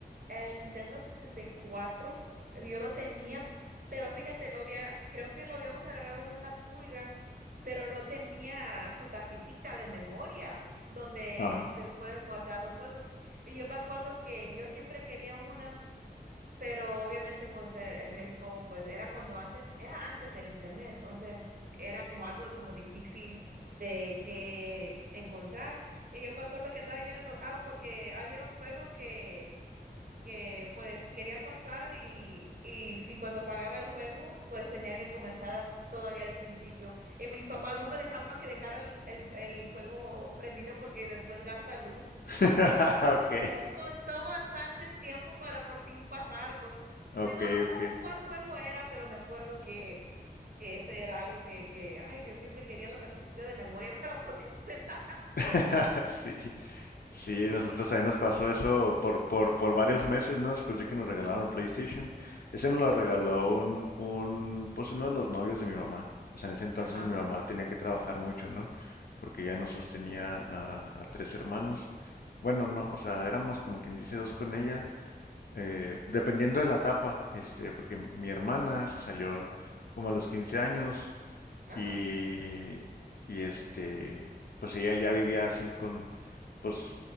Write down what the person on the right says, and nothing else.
El Nintendo sesenta y cuatro eh, yo lo tenía, pero fíjate, lo había, creo que lo habíamos agarrado en una pulga, pero no tenía su tarjetita de memoria donde
te puedes guardar los juegos. Y yo me acuerdo que yo siempre quería una pero obviamente pues eh, en México pues era cuando antes, era antes del internet, entonces era como algo de como difícil de que encontrar. Y yo me acuerdo que andaba bien enojado porque había un juego que que pues quería pasar y, y si cuando pagaba el juego, pues tenía que comenzar todavía al principio. Y mis papás no me dejaban que dejara el, el, el juego prendido porque después gasta luz.
Entonces
<laughs> me costó bastante tiempo para por fin pasarlo.
Ni- No me acuerdo
cuál juego era, pero me acuerdo que, que ese era algo que, que, ay, yo siempre quería la tarjetita de memoria para <laughs> ponérsela.
Sí.
Ajá,
ajá,